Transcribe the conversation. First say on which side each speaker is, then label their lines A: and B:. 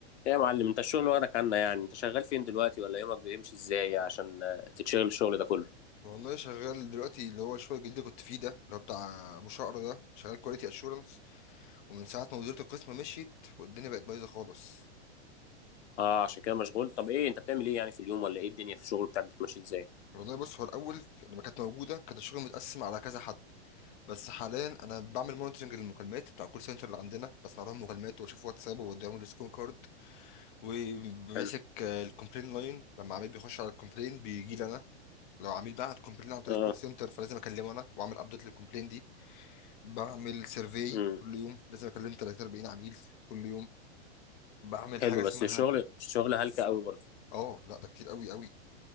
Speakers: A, on the left; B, on the left.
A: ايه يا معلم انت الشغل واخدك عنا يعني انت شغال فين دلوقتي ولا يومك بيمشي ازاي عشان آه، تتشغل الشغل ده كله
B: والله شغال دلوقتي اللي هو الشغل الجديد اللي كنت فيه ده اللي هو بتاع ابو شقر ده شغال كواليتي اشورنس ومن ساعه ما مديرة القسم مشيت والدنيا بقت بايظه خالص
A: اه عشان كده مشغول طب ايه انت بتعمل ايه يعني في اليوم ولا ايه الدنيا في الشغل بتاعك بتمشي ازاي
B: والله بص هو الاول لما كانت موجوده كان الشغل متقسم على كذا حد بس حاليا انا بعمل مونitoring للمكالمات بتاع الكول سنتر اللي عندنا بسمع لهم مكالمات واشوف واتساب وبوديهم السكون كارد وماسك
A: حلو
B: الكومبلين لاين لما عميل بيخش على الكومبلين بيجي لي انا لو عميل بعت كومبلين عن طريق
A: اه
B: الكول سنتر فلازم اكلمه انا واعمل ابديت للكومبلين دي بعمل سيرفي
A: امم
B: كل يوم لازم اكلم 30 40 عميل كل يوم بعمل
A: حلو
B: حاجه اسمها
A: بس الشغل الشغل هلكة قوي برضه
B: اه لا ده كتير قوي قوي